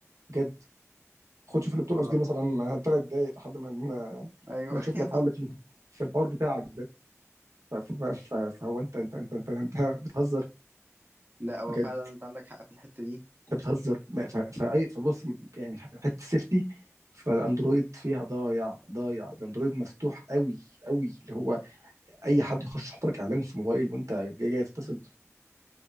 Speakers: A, on the right; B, on the right.
A: جد خد شوف اللي بترقص
B: اه
A: دي مثلا ثلاث دقايق لحد ما ن-
B: ايوه
A: ما نشوف
B: <laughs> ايوه
A: لك حل في في الحوار بتاعك ده ف- ف- ف- فهو انت انت انت انت, انت بتهزر
B: لا هو
A: بجد
B: فعلا انت عندك حق في الحته دي
A: انت بتهزر ما- ف- فاي فبص يعني حته السيفتي فالاندرويد فيها ضايع ضايع الاندرويد مفتوح قوي قوي اللي هو اي حد يخش يحط لك اعلان في موبايل وانت جاي جاي تتصل